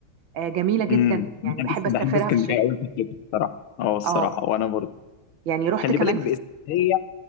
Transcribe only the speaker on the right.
آه، جميله جدا
يعني
بحب
اسافرها
في الشتاء
اه
يعني رحت
كمان
في